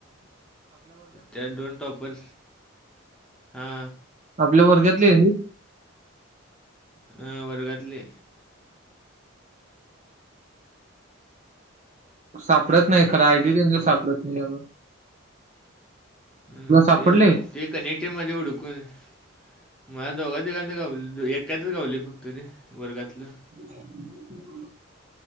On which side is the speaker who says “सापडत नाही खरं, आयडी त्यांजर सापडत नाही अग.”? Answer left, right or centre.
Right